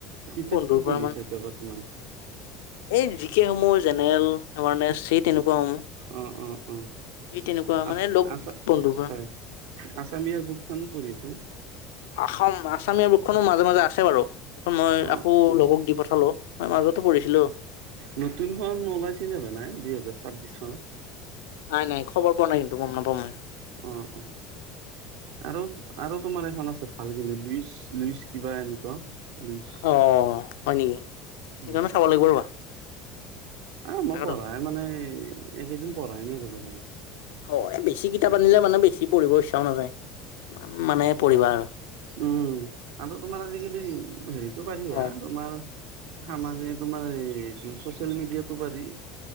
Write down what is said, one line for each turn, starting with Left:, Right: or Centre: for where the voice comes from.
Right: কিতাপ
Left: বন্ধুৰ
Right: কি পঢ়ি
Left: পৰা মানে
Right: আছে, এতিয়া বৰ্তমান।
Left: এই জিকেই সমূহ জেনেৰেলে <unintelligible> চিট। তেনেকুৱাও সমূহ
Right: অ' অ' অ'
Left: এই তেনেকুৱা
Right: আ
Left: মানে লগ
Right: আছা
Left: বন্ধুবোৰ।
Right: হয় আছামিয়াৰ বুক খনো পঢ়িছোন।
Left: আসাম আসামীয়া বোকখনো মাজে, মাজে আছে বাৰু, সেইখন মই
Right: অ'
Left: আকৌ লগক দি পঠালো। মই মাজতো পঢ়িছিলো।
Right: নতুনখনন ওলাইছে নে বা নাই দুহেজাৰ ছাব্বিশ চনত।
Left: নাই, নাই, খবৰ পোৱা নাই কিন্তু, গম নাপাম ময়।
Right: অঁ' অঁ' আৰু- আৰু তোমাৰ এখন আছে ভাল কিন্তু লুইচ লুইচ কিবা এনেকুৱা। লুইচ
Left: অঁ হয় নেকি? সেইকাৰণে
Right: উম'
Left: চাব লাগিব ৰবা
Right: এহ মই
Left: তাকেতো
Right: পঢ়াই- নাই মানে এইকেইদিন পঢ়াই নাই ৰ'বা তেনেকে।
Left: অ' এ বেছি কিতাপ আনিলে মানে বেছি পঢ়িব ইচ্ছাও নাযায়, কিমান মানে পঢ়িবা আৰু।
Right: উম' আৰু তোমাৰ আজিকালি হেৰিটো পাৰি
Left: হয়
Right: হাঁ তোমাৰ- আমাৰ যে তোমাৰ এইটো চচিয়েল মিডিয়াটো পাৰি।